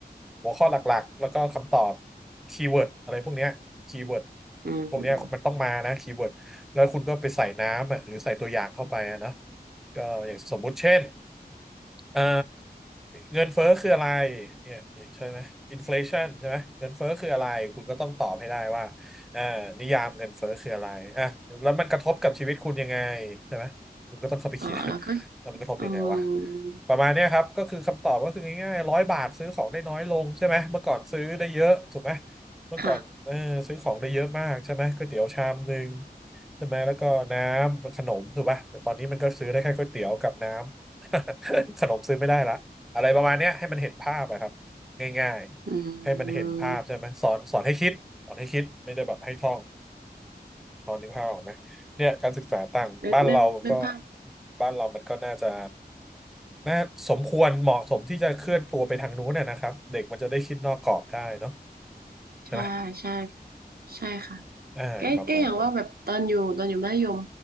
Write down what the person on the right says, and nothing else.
อืม
อ๋อแล้วก็
อืม
ค่ะ
อืม
ก็นึกนึกนึกนึกภาพ
ใช่ใช่ ใช่ค่ะ
แก็ก็อย่างว่าแบบตอนอยู่ตอนอยู่มัธยม